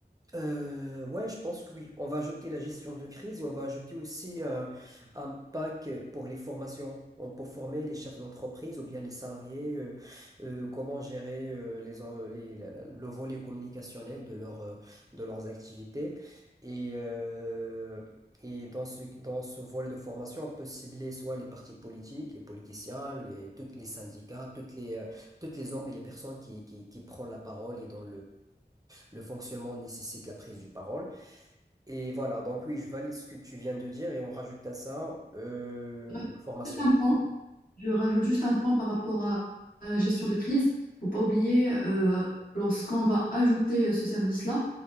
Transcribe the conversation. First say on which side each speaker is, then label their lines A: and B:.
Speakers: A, on the right; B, on the left.
A: Euh, ouais, je pense que oui. On va ajouter la gestion de crise et on va ajouter aussi euh, un pack pour les formations. On peut former les chefs d'entreprise ou bien les salariés, euh, euh, comment gérer euh, les, en- les- la- la- le volet communicationnel de leur, euh, de leurs activités. Et, euh, et dans ce, dans ce volet de formation, on peut cibler soit les partis politiques, les politiciens, les, tous les syndicats, toutes les, euh, toutes les hommes et les personnes qui, qui, qui prennent la parole et dans le fonctionnement nécessite la prise du parole. Et voilà, donc oui, je valide ce que tu viens de dire et on rajoute à ça euh,
B: Bref,
A: la formation.
B: Juste un point. Je rajoute juste un point par rapport à, à la gestion de crise. Il faut pas oublier, euh, lorsqu'on va ajouter euh, ce service-là,